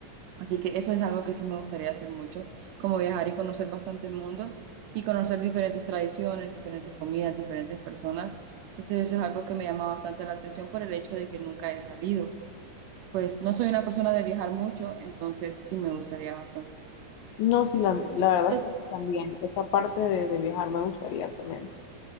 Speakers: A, on the right (about 75°); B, on the left (about 75°).
A: Así que eso es algo que sí me gustaría hacer mucho, como viajar y conocer bastante el mundo y conocer diferentes tradiciones, diferentes comidas, diferentes personas. Entonces eso es algo que me llama bastante la atención por el hecho de que nunca he salido. Pues no soy una persona de viajar mucho, entonces sí me gustaría bastante.
B: No, sí, la, la verdad
A: Pues
B: es que también esa parte de, de viajar me gustaría también.